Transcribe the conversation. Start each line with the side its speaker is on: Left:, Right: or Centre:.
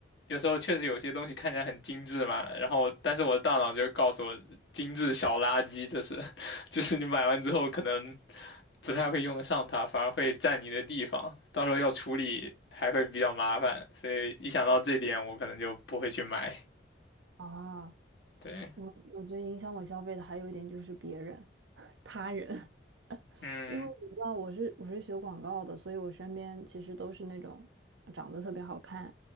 Left: 有时候确实有些东西看起来很精致嘛，然后但是我的大脑就告诉我，精致小垃圾，这是，<laughs> 就是你买完之后可能不太会用得上它，反而会占你的地方，到时候要处理还会比较麻烦，所以一想到这点，我可能就不会去买。
Right: 啊。
Left: 对，
Right: 我我觉得影响我消费的还有一点就是别人、他人，<laughs>
Left: 嗯，
Right: 因为你知道我是我是学广告的，所以我身边其实都是那种长得特别好看、